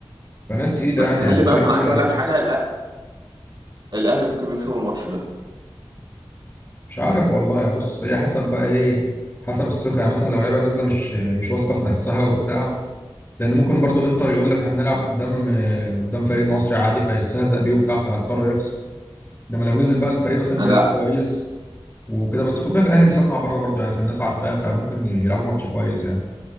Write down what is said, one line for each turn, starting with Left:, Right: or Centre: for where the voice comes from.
Left: فناس تقيله
Right: بس
Left: يعني
Right: خلي
Left: هيبقى
Right: بالك
Left: فريق
Right: انا
Left: تقيل
Right: عايز
Left: على
Right: اقول لك
Left: فكره
Right: حاجه الأ- الاهلي ممكن يكسب الماتش ده
Left: مش عارف والله يا بص هي حسب بقى ايه حسب الثقه يعني مثلا لو لعبه نازله مش مش واثقه في نفسها وبتاع لان ممكن برضو انتر يقول لك احنا بنلعب قدام آه، قدام فريق مصري عادي فيستهزأ بيه وبتاع فهيضطر يخسر انما لو نزل بقى الفريق مثلا
Right: انا
Left: بيلعب كويس وكده بس خد بالك الاهلي مسمع بره برضو يعني فالناس عارفاه فممكن يلعبوا ماتش كويس يعني